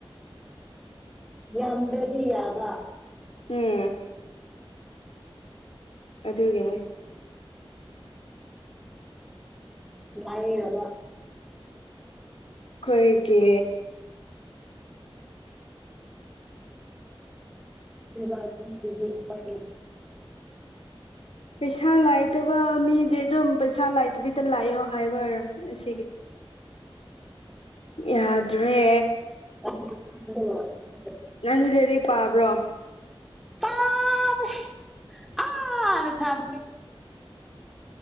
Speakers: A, in the centre; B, on the left.
A: ꯌꯥꯝꯗ꯭ꯔꯗꯤ ꯌꯥꯕ
B: ꯎꯝ ꯑꯗꯨꯗ ꯑꯣꯏꯒꯗꯤ
A: ꯎ ꯕ
B: ꯀꯣꯏꯒꯤ
A: ꯋꯥꯖꯤꯄꯥꯏ
B: ꯄꯩꯁꯥ ꯂꯥꯏꯇꯕ ꯃꯤꯗꯤ ꯑꯗꯨꯝ ꯄꯩꯁꯥ ꯂ ꯕꯤꯗ ꯂꯥꯛꯑꯣ ꯍꯥꯏꯕꯔꯝ ꯁꯤꯒꯤ ꯌꯥꯗ꯭ꯔꯦ
A: ꯌꯥ ꯊ <unintelligible>
B: ꯅꯪꯗꯤ ꯂꯩꯦꯔꯩ ꯄꯥꯕ꯭ꯔꯣ
A: ꯄꯥꯗ ꯑꯥꯗ ꯊꯝ